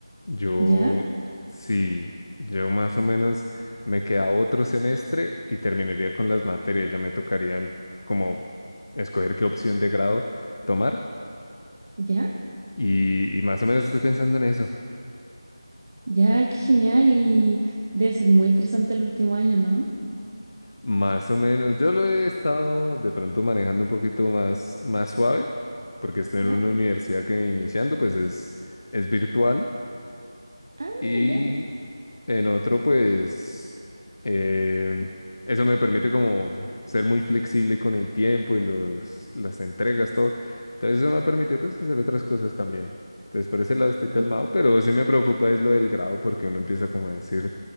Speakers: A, on the left; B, on the right.
A: Yo,
B: ¿ya?
A: sí, yo más o menos me queda otro semestre y terminaría con las materias. Ya me tocaría como escoger qué opción de grado tomar.
B: ¿Ya?
A: Y, y más o menos estoy pensando en eso.
B: Ya, qué genial. Y debe ser muy estresante el último año, ¿no?
A: Más o menos. Yo lo he estado de pronto manejando un poquito más, más suave, porque estoy
B: ¿Ya?
A: en una universidad que iniciando, pues es, es virtual.
B: Ah,
A: Y
B: ya.
A: en otro, pues, eh, eso me permite como ser muy flexible con el tiempo y los, las entregas, todo. Entonces eso me ha permitido pues hacer otras cosas también. Entonces por ese lado estoy calmado,
B: Ujú.
A: pero sí me preocupa es lo del grado porque uno empieza como a decir